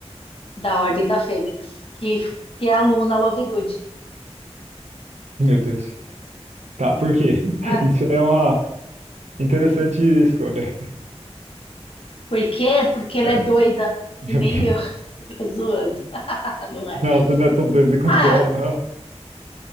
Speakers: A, on the left; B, on the right.
A: da Ordem da Fênix, que, que é a Luna Lovegood.
B: Meu Deus. Tá, por quê? <laughs>
A: É.
B: Isso é uma interessante escolha.
A: Por quê? Porque ela
B: É.
A: é doida,
B: Meu
A: que nem
B: Deus.
A: eu, <laughs> tô zoando, <laughs> não é?
B: Não, você não é tão doido quanto
A: Ah,
B: ela, não.